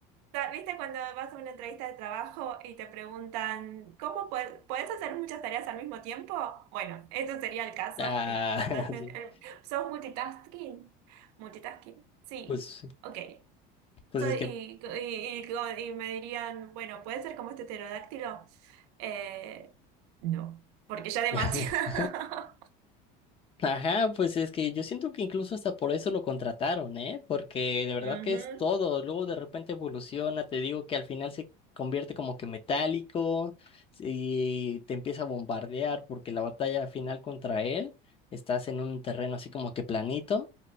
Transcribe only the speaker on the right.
ta- ¿viste cuando vas a una entrevista de trabajo y te preguntan, ¿cómo puedes, puedes hacer muchas tareas al mismo tiempo? Bueno, esto sería el caso,
es totalmente...
el- ¿Sos multitasking? Multitasking, sí,
ok.
Soy,
y, y- y- y me dirían, bueno, ¿puede ser como este pterodáctilo? Eh, no, porque ya
demasiado. <laughs>
Ujú.